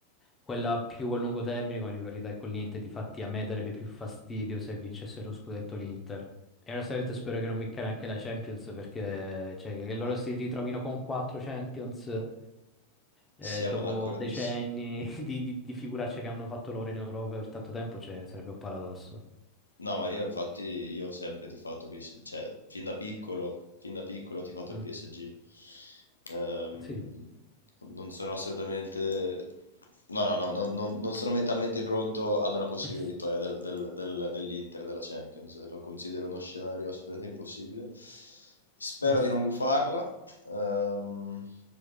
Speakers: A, on the left; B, on the left.
A: quella più a lungo termine con la rivalità è con l'Inter, difatti a me darebbe più fastidio se vincesse lo scudetto l'Inter. E onestamente spero che non vinca neanche la Champions perché, cioè, che loro
B: ma
A: si ritrovino con quattro Champions... Eh,
B: siamo
A: dopo
B: d'accordissimo.
A: decenni <laughs> di, di, di figuracce che hanno fatto loro in Europa per tanto tempo, cioè, sarebbe un paradosso.
B: No, ma io infatti io ho sempre tifato PSG, cioè fin da piccolo, fin da piccolo ho tifato
A: Mm.
B: il PSG. Ehm,
A: Sì.
B: non sono assolutamente, no, no, no, no, no, non sono mentalmente pronto ad una possibile
A: <laughs>
B: vittoria del- del- del- dell'Inter della Champions. Lo considero uno scenario assolutamente impossibile. Spero
A: Mm,
B: di non gufarla, ehm,